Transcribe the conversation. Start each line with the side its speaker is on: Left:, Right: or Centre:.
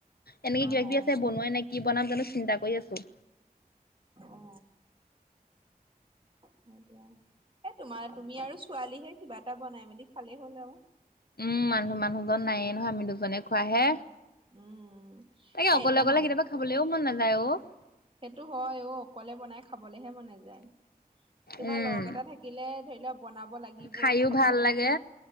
Left: এনেকে
Right: অ অ
Left: কিবা কিবি আছে বনোৱাই নাই কি বনাম জানো? চিন্তা কৰি আছো।
Right: অ' হয় দিয়া, এ তোমাৰ, তুমি আৰু ছোৱালীহে কিবা এটা বনাই মেলি খালেই হ'ল আৰু।
Left: উম মানুহ মানুহজন নায়ে নহয়, আমি দুজনে খোৱাহে।
Right: উম।
Left: তাকে
Right: এ
Left: অকলে,
Right: এতিয়া
Left: অকলে
Right: মান
Left: কেতিয়াবা খাবলেও মন নাযায়। হেল্ল' <unintelligible>
Right: সেইটো হয় অ', অকলে বনাই খাবলেহে মন নাযায়, তোমাৰ
Left: উম
Right: লগ এটা থাকিলে ধৰি লোৱা বনাব লাগিবই
Left: খাইও
Right: খাব
Left: ভাল
Right: লাগি,
Left: লাগে